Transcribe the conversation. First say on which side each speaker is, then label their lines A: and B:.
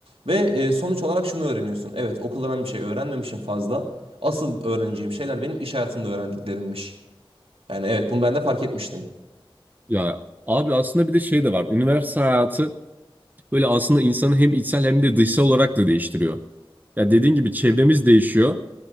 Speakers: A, on the right; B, on the right.
A: Ve e, sonuç olarak şunu öğreniyorsun. Evet, okulda ben bir şey öğrenmemişim fazla. Asıl öğreneceğim şeyler benim iş hayatında öğrendiklerimmiş. Yani evet, bunu ben de fark etmiştim.
B: Ya abi aslında bir de şey de var. Üniversite hayatı böyle aslında insanı hem içsel hem de dışsal olarak da değiştiriyor. Ya dediğin gibi çevremiz değişiyor.